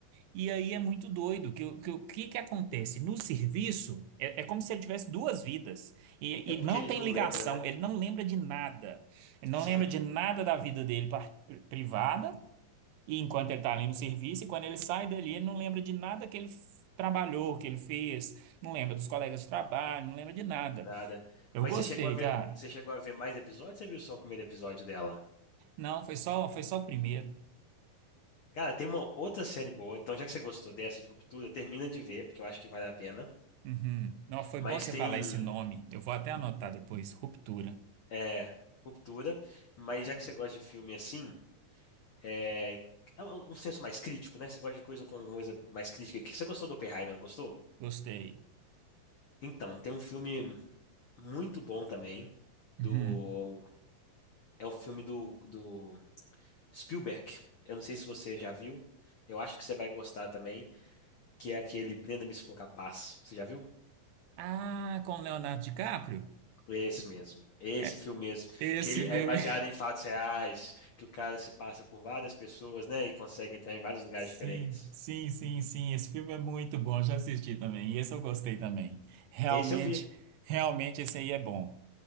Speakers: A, on the right (about 80°); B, on the left (about 75°).
A: E aí é muito doido, que, o que, o que que acontece? No serviço, é, é como se ele tivesse duas vidas, e,
B: É porque
A: e não
B: ele
A: tem
B: não
A: ligação,
B: lembra, né?
A: ele não lembra de nada, ele
B: Sim,
A: não lembra de nada da vida dele par- privada, e enquanto ele está ali no serviço, e quando ele sai dali, ele não lembra de nada que ele f- trabalhou, que ele fez, não lembra dos colegas de trabalho, não lembra de nada.
B: nada.
A: Eu
B: Mas
A: gostei,
B: você chegou a ver,
A: cara.
B: você chegou a ver mais episódios? ou Você viu só o primeiro episódio dela?
A: Não, foi só, foi só o primeiro.
B: Cara, tem uma outra série boa, então já que você gostou dessa de Ruptura, termina de ver, porque eu acho que vale a pena.
A: Uhum. Não, foi
B: Mas
A: bom você
B: tem
A: falar esse nome. Eu vou até anotar depois. Ruptura.
B: é, Ruptura, mas já que você gosta de filme assim, é, é um um senso mais crítico, né? Você gosta de coisa com coisa mais crítica. Que Você gostou do Oppenheimer, não gostou?
A: Gostei.
B: Então, tem um filme. muito bom também,
A: Uhum.
B: do é o filme do, do Spielberg. Eu não sei se você já viu. Eu acho que você vai gostar também, que é aquele Prenda-me se for capaz. Você já viu?
A: Ah, com Leonardo DiCaprio?
B: Esse mesmo. Esse
A: É,
B: filme mesmo,
A: esse
B: que ele
A: filme.
B: é baseado em fatos reais, que o cara se passa por várias pessoas, né, e consegue entrar em vários
A: <laughs>
B: lugares
A: Sim,
B: diferentes.
A: sim, sim, sim. Esse filme é muito bom. Já assisti também. E esse eu gostei também. Realmente,
B: Esse eu vi.
A: realmente esse aí é bom.